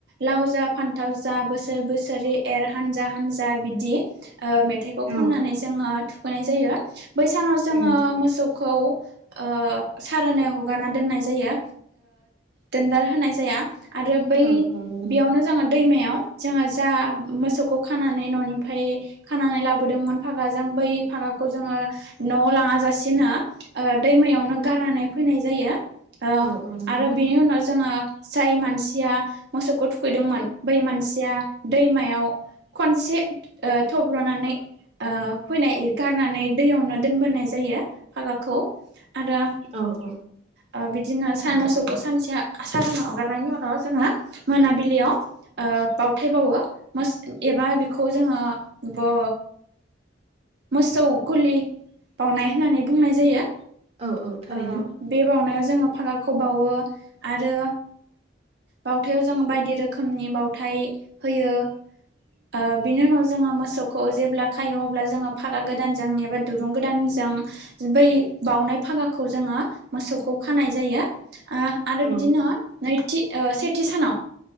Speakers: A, on the right (about 60°); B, on the right (about 30°).
A: लाव जा फानथाव जा बोसोर बो बोसोरि एर हानजा हानजा बिदि ओ मेथाइखौ खननानै
B: औ
A: जोङो थुखैनाय जायो बै सानाव जोङो
B: उम
A: मोसौखौ ओ सारोनै हगारना दोननाय जायो दोनदाल होनाय जाया आरो बै
B: औ औ नंगौ नोंथां
A: बेयावनो जोङो दैमायाव जोङो जा मोसौखौ खानानै न'निफ्राय खानानै लाबोदोंमोन फागाजों बै फागा खौ जोङो न'आव लाङा लासिनो ओ दैमायावनो गारनानै फैनाय जायो ओ
B: औ औ नंगौ
A: आरो
B: नोंथां
A: बिनि उनाव जोङो जाय मानसि थिया मोसौखौ थुखैदोंमोन बै मानसिया दैमायाव खनसे ओ थब्ल'नानै ओ फैनाय गारनानै दैयावनो दोनबोनाय जायो फागाखौ आरो
B: औ औ
A: ओ बि दिनो साइ मोसौखौ सानसे सारोनाव हगारनायनि उनाव जोङो मोनाबिलियाव ओ बावथाय बावो मोस एबा बेखौ जोङो बो मोसौ गलि बावनाय होननानै बुंनाय जायो
B: औ औ थारैनो
A: ओ बे बावनायाव जोङो फागाखौ बावो आरो बावथायाव जों बायदि रोखोमनि बावउथाय होयो ओ बिनि उनाव जोङो मोसौखौ जेब्ला खायो अब्ला जोङो फागा गोदानजों एबा दुरुं गोदानजों जों बै बाउनाय फागाखौ जोङो मोसौखौ खानाय जायो ओ आरो
B: औ
A: बिदिनो नैथि ओ सेथि सानाव